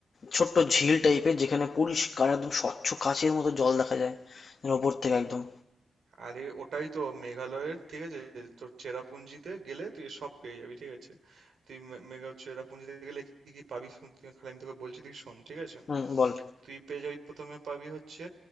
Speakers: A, on the left (about 55°); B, on the right (about 80°).
A: ছোট্ট ঝিল টাইপের যেখানে পরিষ্কার একদম স্বচ্ছ কাঁচের মতো জল দেখা যায় মানে ওপর থেকে একদম
B: আরে ওটাই তো মেঘালয়ের ঠিক আছে তোর চেরাপুঞ্জিতে গেলে তুই সব পেয়ে যাবি ঠিক আছে তুই মে- মেঘা চেরাপুঞ্জিতে গেলে কি কি পাবি শুন তুই- খালি আমি তোকে বলছি তুই শোন ঠিক আছে
A: হুম বল
B: তুই পেয়ে যাবি প্রথমে পাবি হচ্ছে